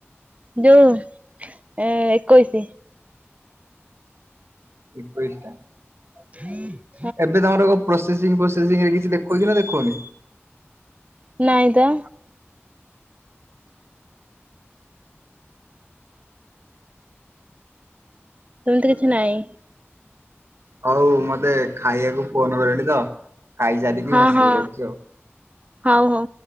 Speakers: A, on the right; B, on the right.
A: ଯୋଉ ଏକୋଇଶି।
B: ଏକୋଇଶ ଟା।
A: ହଁ <unintelligible>
B: ଏବେ ତମର ପ୍ରୋସେସିଂ ପ୍ରୋସେସିଂ ରେ କିଛି ଦେଖିଉଚି ନା ଦେଖଉନି।
A: ନାଇଁ ତ ସେମିତି କିଛି ନାହିଁ।
B: ହଉ ମତେ ଖାଇବାକୁ ଫୋନ କଲେଣି ତ ଖାଇସାରିକି
A: ହଁ
B: ମେସେଜ
A: ହଁ
B: କରୁଚି ଆଉ
A: ହଉ ହଉ।